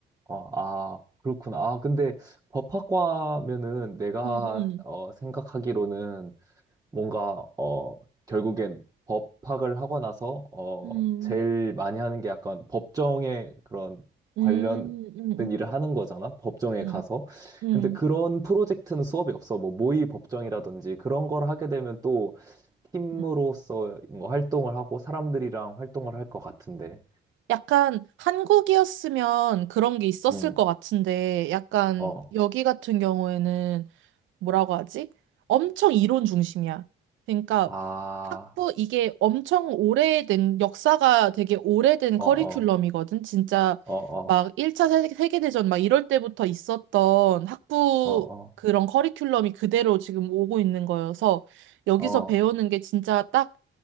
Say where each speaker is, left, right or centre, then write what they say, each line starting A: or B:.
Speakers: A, on the right (about 20°); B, on the right (about 75°).
A: 아, 그렇구나. 아, 근데 법학과면은 내가
B: 음, 음,
A: 어, 생각하기로는 뭔가 어 결국엔 법 파악을 하고 나서 어
B: 음,
A: 제일 많이 하는 게 약간 법정에 그런
B: 음,
A: 관련된
B: 음,
A: 일을 하는 거잖아. 법정에
B: 음,
A: 가서.
B: 음,
A: 근데 그런 프로젝트는 수업이 없어. 뭐 모의 법정이라든지 그런 걸 하게 되면 또 팀으로서
B: 음.
A: 뭔가 활동을 하고 사람들이랑 활동을 할 것 같은데.
B: 약간 한국이었으면 그런 게 있었을
A: 음.
B: 것 같은데, 약간
A: 어.
B: 여기 같은 경우에는 뭐라고 하지? 엄청 이론 중심이야. 그러니까
A: 아.
B: 학부 이게 엄청 오래된 역사가 되게 오래된
A: 어
B: 커리큘럼이거든.
A: 어.
B: 진짜
A: 어 어.
B: 막 1차 세- 세계대전 막 이럴 때부터 있었던 학부
A: 어 어.
B: 그런 커리큘럼이 그대로 지금 오고 있는 거여서 여기서
A: 어 어.
B: 배우는 게 진짜 딱